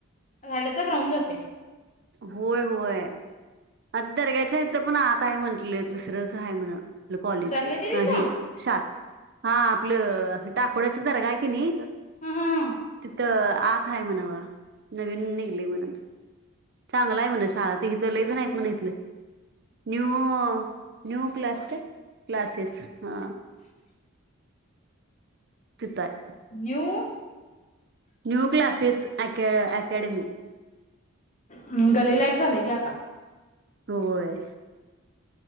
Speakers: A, on the left; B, on the right.
A: झालं तर राहून जाते.
B: होय होय. आता दर्ग्याच्या इथं पण आता आहे म्हटले दुसरंच आहे म्हणत. आपल कॉलेज
A: दर्ग्यात आहे तिथं
B: हे शा हा आपलं टाकोड्याच दर्गा आहे की नाही.
A: ह ह
B: तर आत आहे म्हणावा नवीन निघली म्हणत. चांगला आहे म्हणे शाळा ते तर लयझण आहेत म्हणे इथलं. न्यू न्यू क्लास काय क्लासेस हा. तिथं आहे
A: न्यू.
B: न्यू क्लासेस अका अकॅडमी.
A: हम् गलीलायक झाले की आता.
B: होय